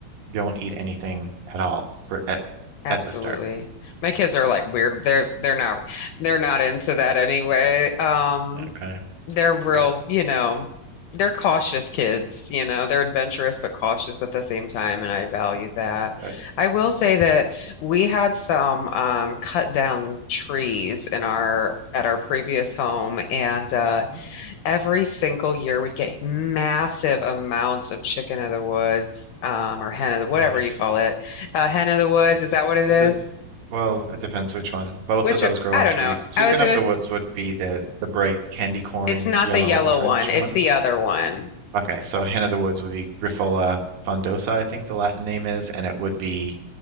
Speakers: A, on the right; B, on the left.
A: don't eat anything at all for at,
B: Absolutely.
A: at the start.
B: My kids are like weird. They're they're not they're not into that anyway. Um,
A: Okay,
B: they're real,
A: good.
B: you know, they're cautious kids, you know. They're adventurous but cautious at the same time, and I value that.
A: That's good.
B: I will say that we had some um cut down trees in our at our previous home, and uh
A: Mm,
B: every single year we'd get massive amounts of chicken of the woods, um, or hen of the whatever
A: Nice.
B: you call it. Uh, hen of the woods, is that what it
A: Is
B: is?
A: it? Well, it depends which one. Both
B: Which
A: of those grow
B: I
A: on
B: don't
A: trees.
B: know.
A: Chicken
B: I was gonna,
A: of
B: s-
A: the woods would be the the bright candy corn
B: it's not
A: yellow
B: the yellow
A: orange
B: one, it's
A: one.
B: the other one.
A: Okay, so hen of the woods would be Grifola frondosa, I think the Latin name is, and it would be